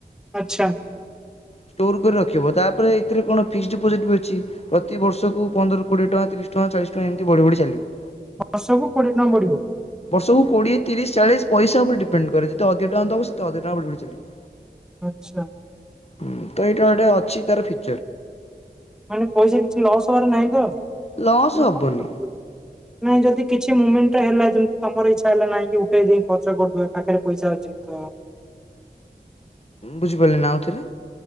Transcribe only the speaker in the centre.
ଆଚ୍ଛା
ବର୍ଷକୁ କୋଡିଏ ଟଙ୍କା ପଡିବ।
ଆଛା ।
ମାନେ ପଇସା କିଛି ଲସ୍ ହବାର ନାହିଁ ତ
।
ନାଇ ଯଦି କିଛି ମୁମେଣ୍ଟ ହେଲା । ତମର ଇଚ୍ଛା ହେଲା, ନାଇଁ କି ଉଠେଇ ଦେଇ ଖର୍ଚ୍ଚ କରିଦେବି ପାଖରେ ପଇସା ଅଛି ତ!